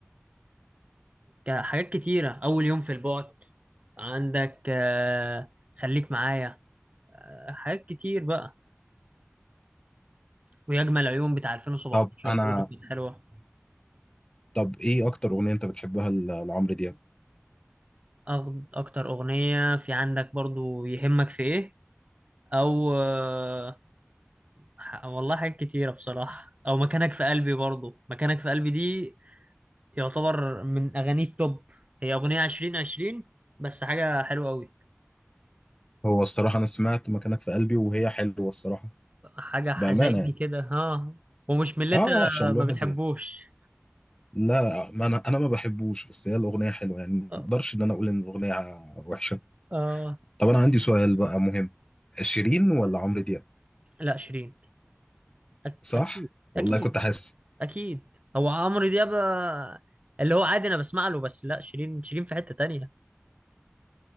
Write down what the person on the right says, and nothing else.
وحاجات كتيرة أول يوم في البعد عندك آه، خليك معايا آه، حاجات كتير بقى ويجمل عيون بتاع 2017
برضه كانت حلوة
أغ- أكتر أغنية في عندك برضه يهمك في إيه او آه، ح- والله حاجات كتيرة بصراحة او مكانك في قلبي برضو مكانك في قلبي دي يعتبر من اغاني التوب هي اغنية عشرين عشرين بس حاجة حلوة قوي
حاجة حزيني
كده ها ومش من اللي
انت
ما بتحبوش
آه.
آه،
لا شيرين أك-
اكيد
اكيد
اكيد هو عمرو دياب آه، اللي هو عادي انا بسمع له بس لا شيرين شيرين في حتة تانية